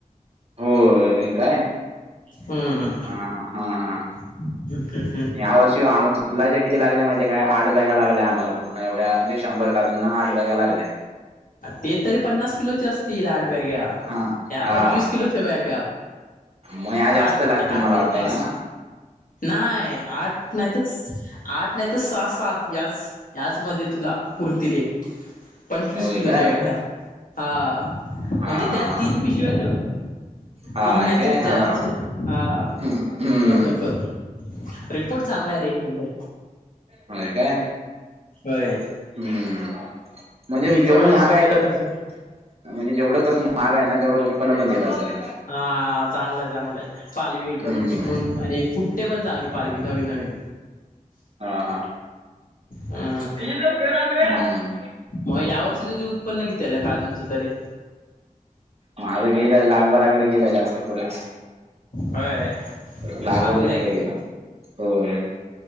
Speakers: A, on the right (about 45°); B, on the left (about 75°).
A: होय... काय.
B: हूं
A: हां-हां -हा -हा.
B: <unintelligible>
A: या वर्षीच आमचो फुलाच्या किती लागल्या माहिती काय? आठ बॅगा लागल्या आम्हांला पूर्ण एवढ्या म्हणजे शंभर काजूंना आठ बॅगा लागल्या.
B: ते तरी पन्नास किलोच्या असतील आठ बॅग्या
A: हा
B: या
A: हा
B: पंचवीस किलोच्या
A: पण
B: बॅग्या.
A: मया जास्त
B: आठ
A: लागतील
B: आठ
A: मला
B: मध्ये
A: वाटतय
B: बास
A: ना
B: नाही आठ नाही तर, आठ नाही तर सहा-सात याच याच मध्ये तुला पूर्तीले पण वीस
A: होय
B: किलोच्या
A: काय
B: बॅग्या हा
A: हा
B: म्हणजे
A: हा
B: त्यात
A: हा
B: तीन पिशव्यात धर
A: हाय
B: तीन नाहीतर
A: काय हा
B: चार
A: हा
B: हा
A: हम्म हम्म
B: एवढं खत. रिपोर्ट चांगला आहे रे एक नंबर.
A: व्हयं काय
B: होय
A: हूं.. म्हणजे
B: मी
A: जेवढं
B: पण माझ्या
A: महाग
B: स्वतःच्या
A: आहे खत
B: करते
A: म्हणजे जेवढं खत महाग आहे ना, तेवढं उत्पन्न पण देत असंन.
B: हा चांगलंय चांगलंय पालवी एकदम
A: हम्म
B: टिकून आणि फुट ते पण चांगली पालवी नवीन -नवीन..
A: हां हां
B: हां..
A: हम्म
B: मग यावर्षी तुझे उत्पन्न किती आलंय काजूंचं तरी?
A: माझं गेलंय लाखबरा कडे गेलंय जास्त पुढे.
B: होय
A: लाखभराच्या
B: चांगलं आहे
A: पुढे
B: की
A: गेला होय....